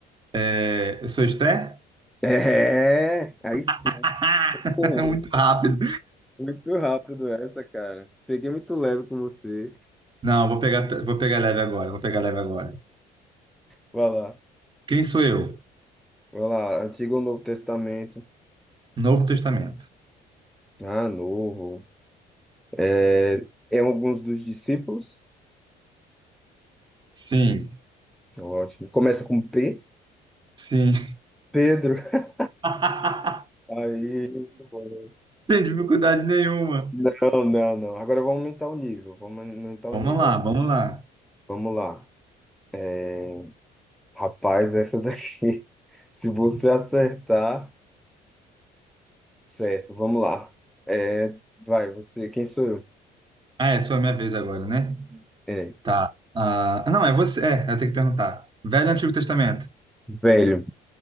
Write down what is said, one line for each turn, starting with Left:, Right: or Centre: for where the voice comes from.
Right: É, eu sou Esther?
Centre: É, aí sim.
Right: <laughs>
Centre: Pô,
Right: Muito rápido.
Centre: muito rápido essa, cara. Peguei muito leve com você.
Right: Não, vou pegar, vou pegar leve agora, vou pegar leve agora.
Centre: Vai lá.
Right: Quem sou eu?
Centre: Vai lá. Antigo ou Novo Testamento?
Right: Novo Testamento.
Centre: Ah, novo. É, é alguns dos discípulos.
Right: Sim,
Centre: Ótimo. Começa com P.
Right: sim.
Centre: Pedro. <laughs>
Right: <laughs>
Centre: Aí. muito bom.
Right: Sem dificuldade nenhuma.
Centre: Não, não, não. Agora vamos aumentar o nível. Vamos aumentar o
Right: Vamos
Centre: nível.
Right: lá, vamos lá.
Centre: Vamos lá. É, Rapaz, essa daqui. <laughs> Se você acertar, certo, vamos lá. É, vai, você, quem sou eu?
Right: Ah, é só a minha vez agora, né?
Centre: É,
Right: Tá. Ah, não, é você. É, eu tenho que perguntar. Velho ou Antigo Testamento?
Centre: velho,